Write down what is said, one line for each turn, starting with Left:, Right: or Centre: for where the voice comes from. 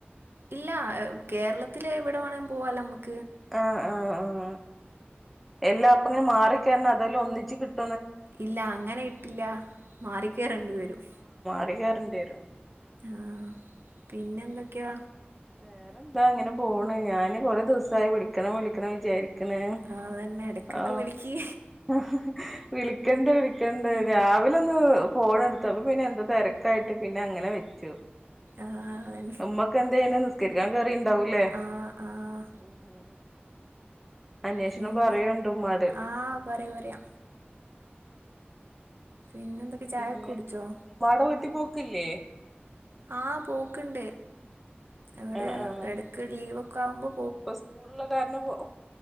Right: ഇല്ല കേരളത്തില് എവിടെ വേണേലും പോവാല്ലോ നമുക്ക്.
Centre: ആഹ് ആഹ് ആ എല്ലാ അപ്പ ഇങ്ങനെ മാറിക്കേരണം അതായല്ലാം ഒന്നിച്ച് കിട്ട
Right: ഇല്ല അങ്ങനെ ഇട്ടില്ല മാറിക്കേറണ്ടി വ രും.
Centre: ആയിൽ കേറേണ്ടെരും.
Right: ആ പിന്നെ എന്തൊക്കെയ
Centre: വേറെന്താ അങ്ങനെ പോണ് ഞാന് കൊറെേ ദിവസം ആയി വിളിക്കണം വിളിക്കണം വിചാരിക്ക് ണ്
Right: ആഹ് അതന്നെ ഇടക്കൊക്കെ
Centre: ആ
Right: വിളിക്ക്
Centre: ഹ ഹ വിള വിളിക്കണ്ട് വിളിക്കണ്ട് രാവിലെ ഒന്ന് ഫോൺ എടുത്തപ്പ പിന്നെ എന്താ തെ രക്കായിട്ട് പിന്നെ അങ്ങനെ വെച്ചു.
Right: ആഹ്
Centre: ഓ
Right: അതന്നെ
Centre: ഉമ്മക്ക് എന്ത നിസ്കരിക്കാൻ കേറിണ്ടാവൂലേ
Right: ആഹ് ആഹ്
Centre: ഉം ഉം. അന്വേഷണം
Right: പിന്നെ
Centre: പറയുണ്ട് ഉമ്മാട്.
Right: ആഹ് പറയാ പറയാ പിന്നെ എന്തൊക്കെ ചായക്കെ
Centre: പിന്നെ
Right: കുടിച്ചോ
Centre: ഉമ്മടെ വീട്ടിൽ പോക്കില്ലേ?
Right: ആ പോക്ക്ണ്ട് അവിടെ
Centre: ആഹ് ആഹ്
Right: ഇടക്ക് ലീവൊക്കെ ആകുമ്പോ
Centre: ഇപ്പൊ സ്കൂൾ ഉള്ള കാരണം പോ